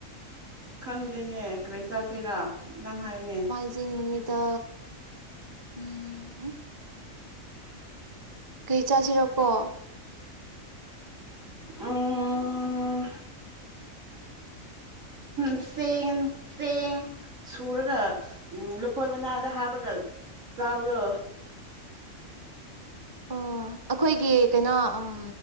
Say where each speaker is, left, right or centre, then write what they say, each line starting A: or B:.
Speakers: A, on the right (about 70°); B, on the right (about 20°).
A: ꯈꯪꯗꯦꯅꯦ ꯀꯔꯤ ꯆꯥꯁꯤꯔꯥ ꯅꯪ ꯍꯥꯏꯌꯨꯅꯦ
B: ꯁꯨꯇꯤ ꯅꯨꯃꯤꯠꯇ ꯎꯝ ꯀꯩ ꯆꯥꯁꯤꯔꯥꯀꯣ
A: ꯎꯝ ꯐꯦꯟ ꯐꯦꯡ ꯁꯨꯔꯒ ꯎꯝ ꯂꯐꯣꯏ ꯃꯅꯥꯗ ꯍꯥꯞꯔꯒ ꯆꯥꯕꯗꯣ
B: ꯑꯣ ꯑꯈꯣꯏꯒꯤ ꯀꯩꯅꯣ ꯎꯝ ꯎꯝ